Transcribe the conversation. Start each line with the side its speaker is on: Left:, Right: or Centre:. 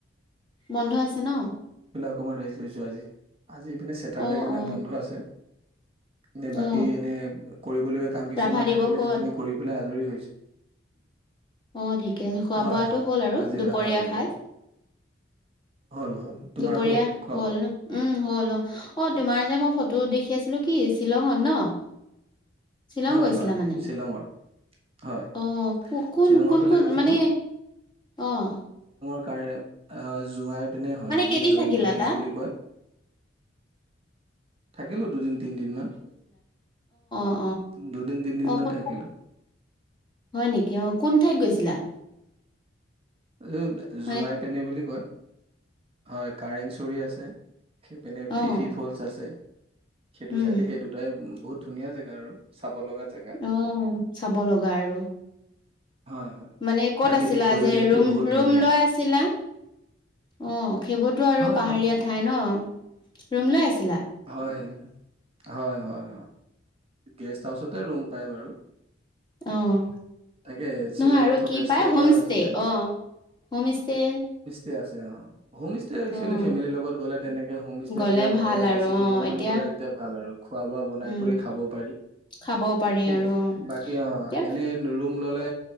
Left: বন্ধ আছে ন
Right: অকণমান ৰেচ লৈছোঁ আজি আজি ইপিনে ছেটাৰ্ডে
Left: অ
Right: কাৰণে
Left: অ
Right: বন্ধ আছে নে বাকী
Left: অ
Right: এনে কৰিবলগীয়া কাম কিছুমান
Left: ৰাভা দিৱসো
Right: থাকিলে সেইখিনি কৰি পেলাই আজৰি হৈছো
Left: অঁ ঠিকে আছে খোৱা
Right: হয়
Left: বোৱাটো
Right: হয়
Left: হল আৰু
Right: আজি
Left: দুপৰীয়া
Right: ৰাভা দিৱস
Left: সাজ
Right: হয়। হ'ল হ'ল তোমাৰ
Left: দুপৰীয়া
Right: হ'ল খোৱা
Left: হল
Right: বোৱা?
Left: ন উম হ'ল অঁ অঁ তোমাৰ যে মই ফটো ফটো দেখি আছিলো কি শ্বিলঙত ন শ্বিলং
Right: হয়
Left: গৈছিলা
Right: হয়
Left: মানে
Right: শ্বিলঙৰ হয়
Left: অঁ ক কোন
Right: শ্বিলঙৰ
Left: কোন
Right: ফালে
Left: কোন
Right: গৈছিলো।
Left: মানে অঁ
Right: <unintelligible> জুৰাই পিনে হয়
Left: কেইদিন
Right: জয়ন্তীয়া
Left: থাকিলা
Right: হিলচ
Left: তাত?
Right: বুলি কয় থাকিলো দুদিন তিনিদিন মান
Left: অঁ
Right: দুদিন তিনদিন
Left: অঁ
Right: মান
Left: কোন
Right: থাকিলো
Left: হয় নেকি অঁ কোন ঠাইত গৈছে গৈছিলা
Right: এই জুৰাই
Left: মানে
Right: পিনে বুলি কয় হয় কাৰেংচৰি আছে সেইপিনে
Left: অ',
Right: ফিফি ফলচ আছে সেইটো
Left: উম,
Right: চাইডে সেই দুটাই বহুত ধুনীয়া জেগা আৰু চাব লগা জেগা
Left: অঁ চাব লগা আৰু
Right: হয় হয়
Left: মানে ক'ত
Right: প্ৰাকৃতিক
Left: আছিলা
Right: পৰিৱেশটো
Left: যে আৰু ৰুম
Right: বহুত
Left: ৰুম
Right: ধুনীয়া
Left: লৈ আছিলা অঁ সেইবোৰতো আৰু
Right: হয়
Left: পাহাৰীয়া
Right: হয়
Left: ঠাই ন ৰুম লৈ আছি-
Right: হয় হয় হয় হয় গেষ্ট হাউচত তাতে ৰুম পায় বাৰু
Left: অঁ
Right: তাকে শ্বিলঙত
Left: নহয় আৰু
Right: থকা
Left: কি
Right: ষ্টে
Left: পায়
Right: কৰা
Left: হোম ষ্টে
Right: হৈছিলে
Left: অঁ হোম ষ্টে
Right: তাতে আছে অঁ হোম ষ্টে একচুৱেলি
Left: অ',
Right: ফেমিলিৰ লগত গ'লে তেনেকে হোমষ্টে
Left: গ'লে
Right: বোলে
Left: ভাল
Right: অলপ
Left: আৰু
Right: বেছি কেইজনমান
Left: অ', এতিয়া
Right: গলে ভাল আৰু খোৱা বোৱা বনাই
Left: উম।
Right: কৰি খাব পাৰি
Left: খাব পাৰি
Right: ঠিক
Left: আৰু
Right: আছে
Left: অ
Right: বাকি অ
Left: এতিয়া
Right: এনে ৰুম ললে